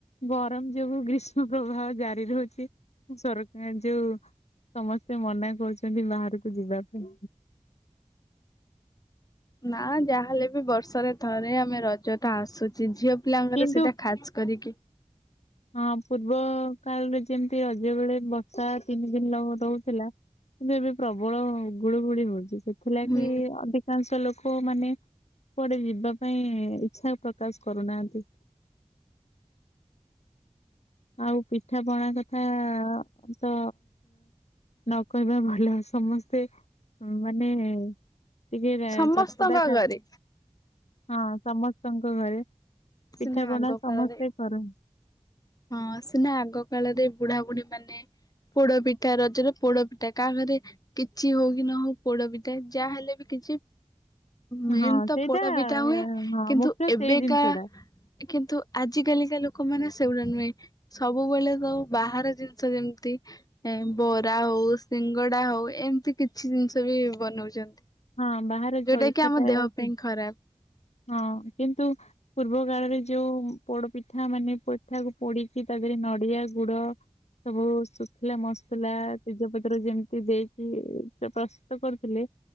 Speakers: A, on the left (about 70°); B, on the left (about 35°).
A: ଗରମ ଯୋଗୁ ଗ୍ରୀଷ୍ମ ପ୍ରବାହ ଜାରି ରହୁଛି ସରକାର ଯୋଉ ସମସ୍ତେ ମନା କରୁଛନ୍ତି ବାହାରକୁ ଯିବା ପାଇଁ
B: ନା ଯାହାହେଲେ ବି ବର୍ଷରେ ଥରେ ଆମେ ରଜ ଟା ଆସୁଛି ଝିଅ ପିଲାଙ୍କର
A: କିନ୍ତୁ
B: ସେଇଟା ଖାସ୍ କରିକି
A: ହଁ ପୂର୍ବ କାଳରେ ଯେମିତି ରଜ ବେଳେ ବର୍ଷା ତିନି ଦିନ ରହୁଥିଲା କିନ୍ତୁ ଏବେ ପ୍ରବଳ ଗୁଳୁଗୁଳି ହଉଛି ସେଥିଲାଗି
B: ହୁଁ
A: ଅଧିକ କାଂଶ ଲୋକ ମାନେ କୁଆଡେ ଯିବା ପାଇଁ ଇଚ୍ଛା ପ୍ରକାଶ କରୁନାହାନ୍ତି। ଆଉ ପିଠା ପଣା କଥା ତ ନ କହିବା ହିଁ ଭଲ ସମସ୍ତେ ମାନେ ଟିକେ ରା
B: ସମସ୍ତଙ୍କ
A: ଚଟପଟା ଖା
B: ଘରେ
A: ହଁ ସମସ୍ତଙ୍କ ଘରେ ପିଠା
B: ସିନା
A: ପଣା
B: ଆଗ
A: ସମସ୍ତେ
B: କାଳରେ
A: କରନ୍ତି।
B: ହଁ ସିନା ଆଗ କାଳରେ ବୁଢା ବୁଢୀ ମାନେ ପୋଡ ପିଠା ରଜରେ, ପୋଡ ପିଠା କାହା ଘରେ କିଛି ହଉ କି ନ ହଉ ପୋଡ ପିଠା ଯାହା ହେଲେ ବି କିଛି ମେନ୍
A: ହଁ
B: ତ
A: ସେଇଟା
B: ପୋଡପିଠା ହୁଏ
A: ହଁ
B: କିନ୍ତୁ
A: ମୁଖ୍ୟ ସେଇ
B: ଏବେକା
A: ଜିନିଷ ଟା
B: କିନ୍ତୁ ଆଜି କାଲିକା ଲୋକମାନେ ସେଗୁଡା ନୁହେଁ। ସବୁବେଳେ ତ ବାହାର ଜିନିଷ ଯେମିତି ଏ ବରା ହଉ ସିଙ୍ଗଡା ହଉ ଏମିତି କିଛି ଜିନିଷ ବି ବନଉଛନ୍ତି।
A: ହଁ ବାହାରେ ଜଳଖିଆ
B: ଯୋଉଟା କି ଆମ ଦେହ
A: ଟା
B: ପାଇଁ ଖରାପ।
A: ହଁ କିନ୍ତୁ ପୂର୍ବ କାଳରେ ଯୋଉ ପୋଡପିଠା ମାନେ ପିଠାକୁ ପୋଡିକି ତା ଦେହରେ ନଡିଆ ଗୁଡ ସବୁ ଶୁଖିଲା ମସଲା, ତେଜପତି ସେଥିରେ ଯେମିତି ଦେଇକି ପ୍ରସ୍ତୁତ କରୁଥିଲେ।